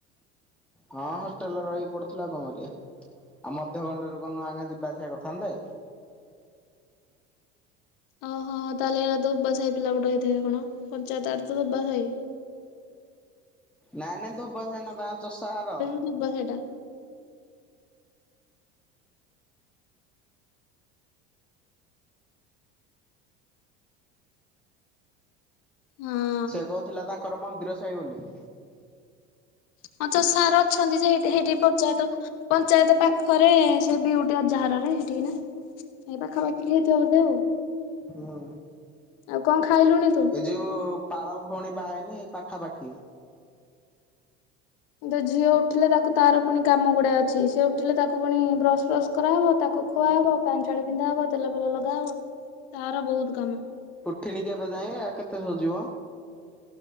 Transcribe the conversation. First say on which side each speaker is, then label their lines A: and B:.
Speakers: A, in the centre; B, on the left.
A: ହଁ ହଷ୍ଟେଲରେ ରହି ପଡୁଥିଲା ଆଉ କଣ କରିଆ। ଆଉ ମଧ୍ୟ ଖଣ୍ଡରୋକ ଲୋକ ନୁଆଗାଁ ଯିବା ଆସିବା କରିଥାନ୍ତେ।
B: ଓହୋ ହୋ ତାହେଲେ ତାହେଲେ ହେରା ଧୋବା ସାହି ପିଲାପଟ ହେଇଥିବ କଣ ପଞ୍ଚାୟତ ଆଡେ ତ ଧୋବା ସାହି।
A: ନାଇ ନାଇଁ ଧୋବା ସାହି ନୁହଁ ତାଙ୍କର ଚଷାଘର।
B: ଧୁବା ସାଇଟା। ହଁ।
A: ସେ କହୁଥିଲା ତାଙ୍କର ମନ୍ଦିର ସାହି ବୋଲି।
B: ହଁ ଚଷାଘର ଅଛନ୍ତି ଜେ ହେଇଠି ପଚାୟତ। ପଞ୍ଚାୟତ ପାଖରେ ସେ ବିଉଟି ଅଜାଘର ନାଁ ହେଠିକି ନା? ହେଇ ପାଖାପାଖି ହେଇଥବ ବଧେ ଆଉ।
A: ହୁଁ।
B: ଆଉ କଣ ଖାଇଲୁଣି ତୁ?
A: ଏ ଯୋଉ ପାଳ ଭଉଣୀ ବାହା ହେଇନି ଏଇ ପାଖାପାଖି?
B: ଦେ ଝିଅ ଉଠିଲେ ତାକୁ ତାର ପୁଣି କାମ ଗୁଡ଼ା ଅଛି ସେ ଉଠିଲେ ତାକୁ ପୁଣି ବ୍ରସ୍ ଫ୍ରସ୍ କରାହବ ତାକୁ ଖୁଆହବ ପ୍ୟାନ୍ ଛାଡ ପିନ୍ଧା ହବ ତେଲ ଫେଲ ଲଗାହବ ତାର ବହୁତ କାମ।
A: ଉଠିନି କିି ଏବେ ଯାଇଁ ଏ ଆ କେତେ ଶୋଉଚି ବ?